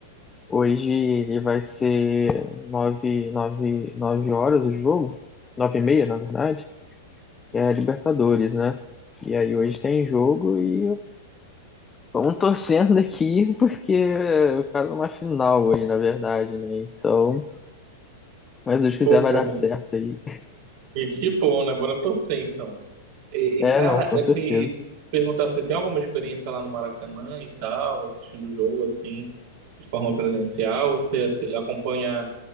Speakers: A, on the left; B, on the right.
A: Hoje ele vai ser nove, nove, nove horas o jogo. Nove e meia, na verdade, que é a Libertadores, né? E aí hoje tem jogo e vamos <laughs> torcendo aqui, porque é quase uma final hoje, na verdade, né? Então, mas se Deus quiser
B: Pô, cara,
A: vai dar certo aí.
B: que, que bom, né? Bora torcer então. E,
A: É,
B: e, cara,
A: não, com certeza.
B: assim, e perguntar se tem alguma experiência lá no Maracanã e tal, assistindo o jogo, assim, de forma presencial, ou você assim, acompanha